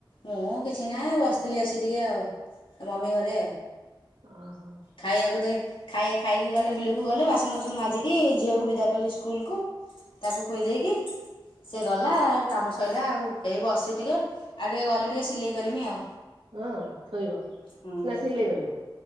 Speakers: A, on the left; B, on the right.
A: ମୁଁ କିଛି ନାଇଁ ବସ୍ ଥିଲି ଆସି ଟିକେ ଆଉ ମମି ଘରେ।
B: ଓ।
A: ଖାଇବାକୁ ଦେ ଖାଇ-ଖାଇକି ଗଲେ ବିଲୁକୁ ଗଲେ ବାସନକୁସନ ମାଜିକି ଝିଅକୁ ବିଦା କଲି ସ୍କୁ କୁଲ୍ କୁ ତାକୁ ଖୋଇ ଦେଇକି ସିଏ ଗଲା। କାମ ସଇଲା ଆଉ ହେଇ ବସି ଟିକେ ଆଉ ଟିକେ ଗଲେ ସିଲେଇ କରିମି ଆଉ।
B: ହଁ ଶୋଇବ
A: ହୁଁ
B: ନା ସିଲେଇ କରିବ?